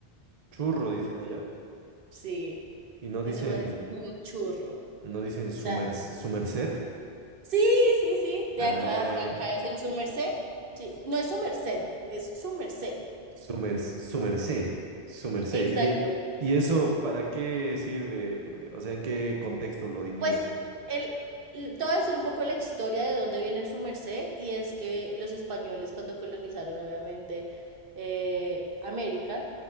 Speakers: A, on the right (about 45°); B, on the right (about 60°).
A: Churro, dicen allá.
B: Sí,
A: Y no
B: ese
A: dicen,
B: man es muy churro. O
A: no dicen su
B: sea,
A: merc- su merced.
B: sí, sí, sí, de
A: Ah,
B: acá, acá es el su merced. Sí, no es su merced, es su merced.
A: su mer- su merced, su
B: <laughs>
A: merced.
B: Exacto.
A: ¿Y, e- y eso para qué sirve? O sea, ¿en qué contexto lo dirías?
B: Pues el, l- te voy a decir un poco la historia de dónde viene el sumercé y es que los españoles cuando colonizaron obviamente eh, América,